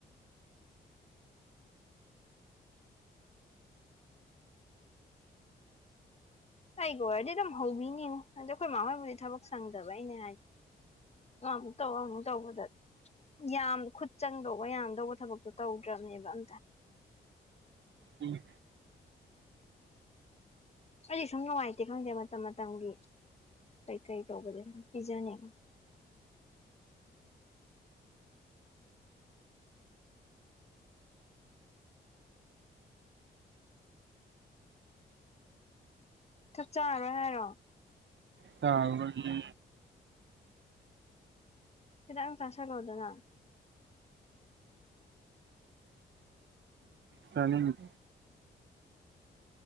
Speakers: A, on the left; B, on the right.
A: ꯑꯩꯒ ꯑꯣꯏꯔꯗꯤ ꯑꯗꯨꯝ ꯍꯧꯕꯤꯅꯤꯉꯨ ꯑꯗꯣ ꯑꯩꯈꯣꯏ ꯃꯥ ꯍꯣꯏꯕꯨꯗꯤ ꯊꯕꯛ ꯁꯪꯗꯕꯩꯅꯦ ꯅꯪ ꯑꯃꯨꯛ ꯇꯧꯔꯛꯑꯣ ꯑꯃꯨꯛ ꯇꯧꯕꯗ ꯌꯥꯝ ꯈꯨꯠ ꯆꯪꯗꯧꯕ ꯌꯥꯝꯗꯧꯕ ꯊꯕꯛꯇꯣ ꯇꯧꯗ꯭ꯔꯕꯅꯦꯕ ꯑꯝꯇ
B: ꯎꯝ
A: ꯑꯩꯗꯤ ꯁꯨꯝ ꯅꯨꯡꯉꯥꯏꯇꯦ ꯈꯪꯗꯦ ꯃꯇꯝ ꯃꯇꯝꯒꯤ ꯀꯩꯀꯩ ꯇꯧꯕꯗ ꯁꯨꯝ ꯄꯤꯖꯅꯤꯡꯉꯤ ꯆꯥꯛ ꯆꯥꯔꯔꯣꯏ ꯍꯥꯏꯔꯣ
B: ꯆꯔꯔꯣꯢꯌꯦ
A: ꯈꯤꯗꯪ ꯆꯥꯥꯁꯤꯟꯂꯨꯗꯅ
B: ꯆꯅꯤꯡ